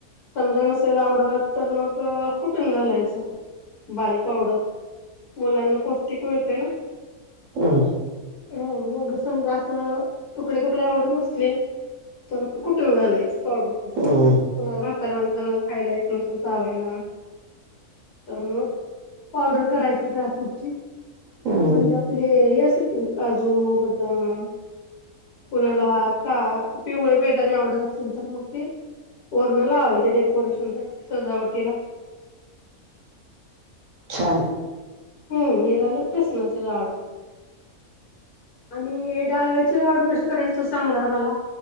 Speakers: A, on the left; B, on the right.
A: समजा नसेल आवडत तर मग कुठून घालायचं बारीक पावडर. मुलांना पौष्टिक मिळतय ना.
B: हं
A: हं मग समजा असं तुकडे तुकडे आवडत नसले तर कुटून घालायचं पावडर करून.
B: हम्म
A: कुणाला म्हाताऱ्या माणसाना खायला येत नसल चावायला. तर मग पावडर करायची ड्रायफ्रूटची.
B: हम्म
A: म्हणजे आपले हे असतात की नाय काजू बदाम कुणाला का पिवळे बेदाने आवडत असल तर मग ते वरण लावायचे डेकोरेशन साठी सजावटीला.
B: छान
A: हूं हे झालं बेसणाचे लाडू. आणि डाळ्याचे लाडू कसे करायचे तू सांग जरा मला